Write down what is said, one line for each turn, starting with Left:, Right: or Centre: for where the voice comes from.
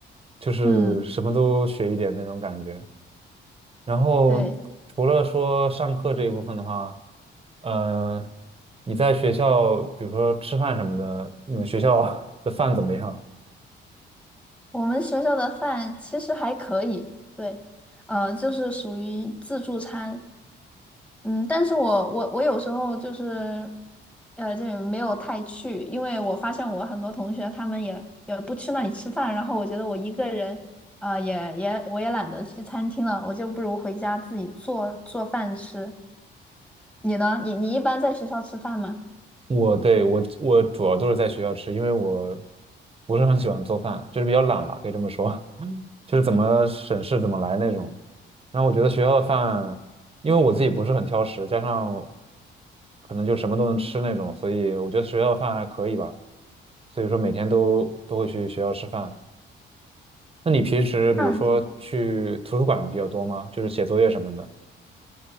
Right: 就是什么都学一点那种感觉。
Centre: 嗯
Right: 然后除了说上课这一部分的话，
Centre: 对，
Right: 呃，你在学校，比如说吃饭什么的，你们学校 <laughs> 的饭怎么样？
Centre: 我们学校的饭其实还可以，对，呃，就是属于自助餐，嗯，但是我我我有时候就是，呃，这没有太去，因为我发现我很多同学他们也也不去那里吃饭，然后我觉得我一个人，呃，也也我也懒得去餐厅了，我就不如回家自己做做饭吃。你呢？你你一般在学校吃饭吗？
Right: 我对我我主要都是在学校吃，因为我不是很喜欢做饭，就是比较懒吧，可以这么说，<laughs> 就是怎么省事怎么来那种。然后我觉得学校的饭，因为我自己不是很挑食，加上可能就什么都能吃那种，所以我觉得学校的饭还可以吧。所以说每天都都会去学校吃饭。那你平时比如说去图书馆比较多吗？
Centre: 那挺好。
Right: 就是写作业什么的。